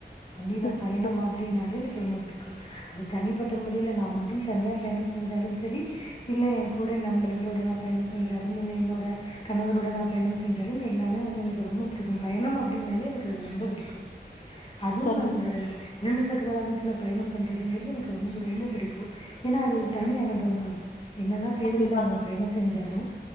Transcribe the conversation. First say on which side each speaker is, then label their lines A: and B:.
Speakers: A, on the left; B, on the left.
A: வண்டியில
B: சரிங்க
A: பயணம்
B: தோழி
A: அப்டினாலே எனக்கு ரொம்ப புடிக்கும் அது தனிப்பட்ட முறையில நா மட் ம் தனியா பயணம் செஞ்சாலும் சரி இல்ல என் கூட நண்பர்களோட நா பயணம் செஞ்சாலும் இல்ல என்னோட கணவரோட நா பயணம் செஞ்சாலும் எல்லாமே வந்து எனக்கு ரொம்ப புடிக்கும் பயணம் அப்டின்னாலே எனக்கு அது ரொம்ப புடிக்கும் அதுவும்
B: சரிங்க
A: அந்த இரண்டு சக்கர வாகனத்தில பயணம் பண்ணுறதுங்கிறது எனக்கு ரொம்ப ரொம்ப புடிக்கோ ஏன்னா அது ஒரு தனி அனுபவமா இருக்கோ என்ன தான் பேருந்தில
B: கண்டிப்பா
A: நம்ம
B: தோழி
A: பயணம் செஞ்சாலும்